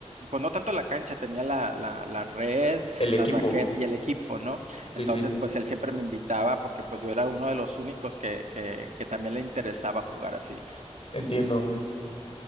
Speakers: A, on the right (about 80°); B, on the left (about 55°).
A: pues no tanto la cancha, tenía la, la, la red,
B: el equipo,
A: la raqueta y el equipo, ¿no?
B: sí,
A: Entonces,
B: sí,
A: pues él siempre me invitaba porque pues yo era uno de los únicos que, que, que también le interesaba jugar así.
B: entiendo.